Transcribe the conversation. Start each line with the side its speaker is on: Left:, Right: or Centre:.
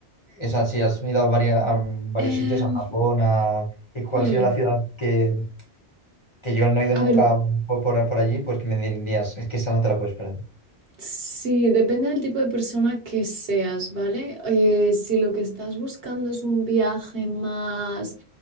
Left: O sea, si has ido a, varias- a varios
Right: Em,
Left: sitios, a Japón, a, ¿y ¿cuál
Right: mm,
Left: sería la ciudad que, que yo no he ido
Right: A
Left: nunca
Right: ver,
Left: por, por- por allí? Pues que me dirías, es que esa no te la puedes perder.
Right: Sí, depende del tipo de persona que seas, ¿vale? Eh, si lo que estás buscando es un viaje más